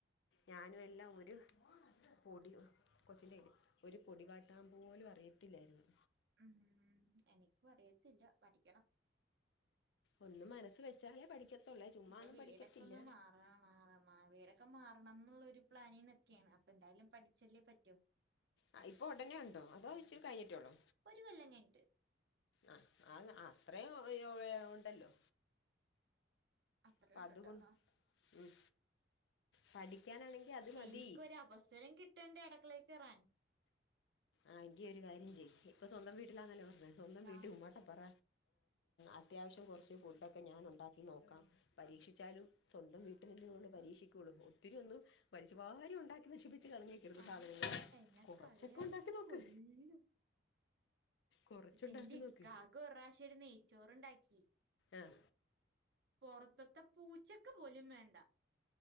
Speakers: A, on the left; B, on the right.
A: ഞാനുംഎല്ലാംഒരുപൊടി കൊച്ചിൻ്റെല് ഒരു പൊടിവാട്ടാമ്പോലും അറിയത്തില്ലാരുന്നു.
B: ഉം ഉ എനിക്കുഅറിയത്തില്ല പഠിക്കണം.
A: ഒന്നുമനസ്സ് വെച്ചാലേ പഠിക്കത്തുള്ളേ. ചുമ്മാഒന്നും
B: ഇപ്പൊ വീടൊക്കെ
A: പഠിക്കത്തില്ല.
B: ഒന്ന് മാറണം മാറ മാ വീടൊക്കെ മാറണം എന്നുള്ളരു പ്ലാനിനിക്കാണ്. അപ്പോ എന്തായാലും പഠിച്ചല്ലേ പറ്റോ.
A: ആഹ് ഇപ്പോ ഒടനെ ഉണ്ടോ അതോ ഇച്ചിരി കഴിട്ടെ ഒള്ളോ?
B: ഒരു കൊല്ലം കഴിഞ്ഞിട്ട്.
A: ആഹ് അത് അത്രേം ഒണ്ടല്ലോ.
B: അത്രയും
A: അപ്പ
B: ഉണ്ടട്ടോ
A: അതുകൊ ഉം പഠിക്കാനാണെങ്കി അത് മതി
B: എനിക്കൊരു അവസരം കിട്ടണ്ടേ അട്ക്കളേ കേറാൻ.
A: ആഹ് എങ്കിഒരുകാര്യംചെയ് ഇപ്പൊസ്വന്തംവീട്ടിലാന്നല്ലേ പറഞ്ഞത് സ്വന്തംവീട്ടി
B: ആഹ്
A: ഉമ്മാട്ടപറ. അത്യാവശ്യം കുറച്ച് ഫുഡക്കെ ഞാൻ ഉണ്ടാക്കി നോക്കാം പരീക്ഷിച്ചാലും സ്വന്തം വീട്ടിനല്ലേ കൊണ്ട് പരീക്ഷിക്കുള്ളൂ ഒത്തിരി ഒന്നും വലിച്ചു വാരി ഉണ്ടാക്കി നശിപ്പിച്ചച്ച് കളഞ്ഞേക്കരുത്
B: ആഹ്
A: സാധനങ്ങൾ
B: എന്നെ
A: കൊറച്ചൊക്കെ
B: കളിയാക്കി
A: ഉണ്ടാക്കി നോക്ക്
B: കൊല്ലും
A: കുറച്ചുണ്ടാക്കി
B: എന്റെ ഇക്കാക്
A: നോക്ക്
B: ഒരു പ്രാവശ്യരു നെയ്ച്ചോറണ്ടാക്കി
A: ഏഹ്
B: പോറത്തത്തെ പൂച്ചക്ക് പോലും വേണ്ട